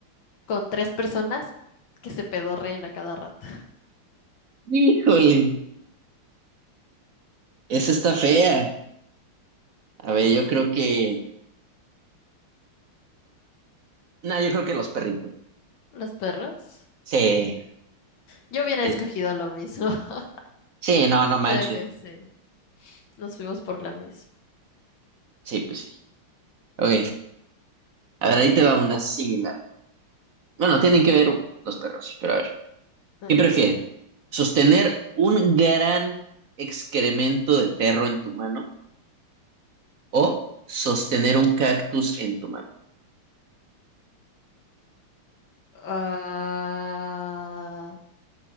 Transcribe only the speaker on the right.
Híjole, esa está fea. A ver,
yo creo que... No, yo creo que los perritos.
Sí,
sí,
Sí, no, no manches.
Sí, pues sí. Ok,
a ver, ahí te va una similar. Bueno, tienen que ver los perros, sí, pero a ver.
¿Qué prefieres? ¿Sostener un gran excremento de perro en tu mano o sostener un cactus en tu mano?